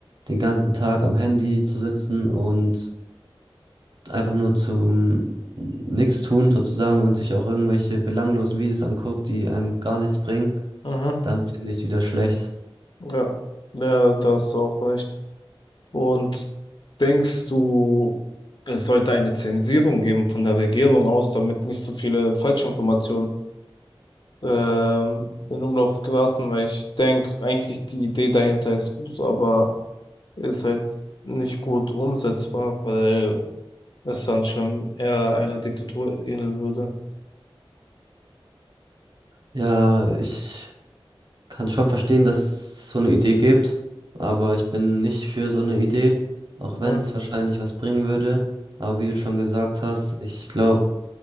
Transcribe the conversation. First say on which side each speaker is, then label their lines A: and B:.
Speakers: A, on the right; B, on the left.
A: den ganzen Tag am Handy zu sitzen und einfach nur zum nichts tun sozusagen und sich auch irgendwelche belanglosen Videos anguckt, die einem gar nichts bringen,
B: mhm,
A: dann finde ich es wieder schlecht.
B: ja, ja, da hast du auch recht. Und denkst du, es sollte eine Zensierung geben von der Regierung aus, damit nicht so viele Falschinformationen ähm, in Umlauf geraten? Weil ich denke, eigentlich die Idee dahinter ist gut, aber ist halt nicht gut umsetzbar, weil es dann schon eher einer Diktatur ähneln würde.
A: Ja, ich kann schon verstehen, dass es so eine Idee gibt, aber ich bin nicht für so eine Idee, auch
B: Mhm.
A: wenn es wahrscheinlich was bringen würde. Aber wie du schon gesagt hast, ich glaube,